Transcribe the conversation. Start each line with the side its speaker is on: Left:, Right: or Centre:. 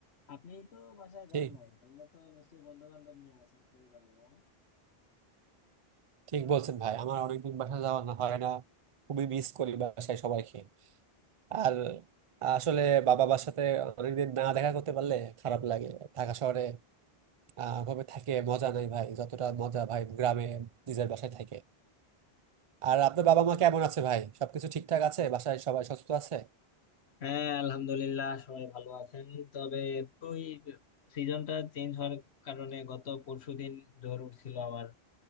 Left: আপনি তো বাসায়
Right: ঠিক
Left: যান নাই তাইলে তো নিশ্চয়ই বন্ধু বান্ধব নিয়ে আসেন খুবই ভালো হ্যাঁ?
Right: ঠিক বলছেন ভাই আমার অনেকদিন বাসায় যাওয়া না হয় না খুবই মিস করি বাসায় সবাইকে আর আসলে বাবা বাবার সাথে অনেকদিন না দেখা করতে পারলে খারাপ লাগে ঢাকা শহরে আহ ভাবে থাকে মজা নাই ভাই যতটা মজা ভাই গ্রামে নিজের বাসায় থাকে আর আপনার বাবা মা কেমন আছে ভাই সবকিছু ঠিকঠাক আছে বাসায় সবাই সুস্থ আছে
Left: হ্যাঁ আলহামদুলিল্লাহ সবাই ভালো আছেন তবে ওই সিজনটা চেঞ্জ হওয়ার কারণে গত পরশুদিন জ্বর উঠছিল আমার